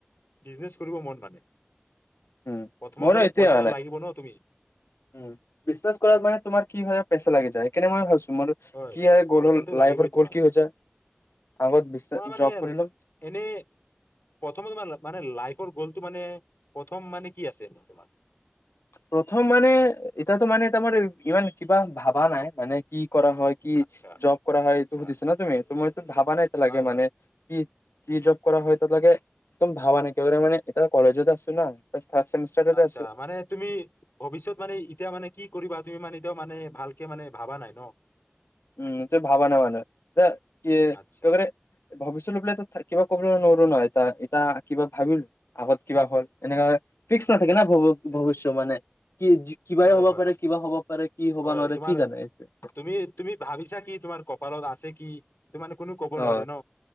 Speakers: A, on the left; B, on the left.
A: বিজনেছ কৰিব মন মানে
B: উম
A: প্ৰথমতে
B: মোৰো
A: অলপ
B: এইটোয়ে
A: পইচা
B: অহা নাই
A: লাগিব ন তুমি
B: উম বিচনেচ
A: হয়
B: কৰাত মানে তোমাৰ কি হয় পেচা লাগি যায় সেইকাৰণে মই ভাবিছো মোৰ
A: হয়
B: কি গ'ল
A: পইচাঁটো
B: হ'ল লাইফৰ
A: লাগিবই তোমাৰ
B: গ'ল কি হৈ যায় আগত বিজনেছ
A: তোমাৰ মানে
B: জব কৰিলোঁ
A: এনে প্ৰথমে তোমাৰ মানে লাইফৰ গ'লটো মানে প্ৰথম মানে কি আছে তোমাৰ
B: প্ৰথম মানে এতাতো মানে তাৰ মাৰ ইমান কিবা ভাবা নাই মানে কি কৰা হয় কি
A: আচ্ছা
B: জব কৰা হয়
A: আচ্ছা
B: এইটো সুধিছা ন তুমি তোমাৰতো ভাবা নাই এতি লাগে
A: হয়
B: মানে
A: হয়
B: কি কি জব কৰা হয় এ লাগে একদম ভাবা নাই মানে এতিয়া কলেজত আছো নাহ হাত থাৰ্ড চেমিষ্টাৰতে
A: আচ্ছা
B: আছো
A: মানে তুমি ভৱিষ্যত মানে এতিয়া মানে কি কৰিবা তুমি মানে এতিয়াও মানে ভালকে মানে ভাবা নাই নহ?
B: উম যে ভাবা নাই মানে এহ কি
A: আচ্ছা
B: মানে ভৱিষ্যত লৈ পিনে টো থাকি কিবা ক'বলৈ নোৱাৰো নহয় এহ এতিয়া কিবা ভাবিলো আগত কিবা হ'ল এনেকা ফিক্স নাথাকে না
A: আচ্ছা
B: ভৱিষ্য মানে কি কিবাই
A: হয়
B: হ'ব
A: হয়
B: পাৰে, কিবা হ'ব পাৰে কি হ'ব
A: হয়
B: নোৱাৰে
A: তোমাৰ
B: কি জানে এতি
A: তুমি তুমি ভাবিছা কি তোমাৰ কপালত আছে কি এইটো মানে কোনো ক'ব নোৱাৰে
B: অহ
A: ন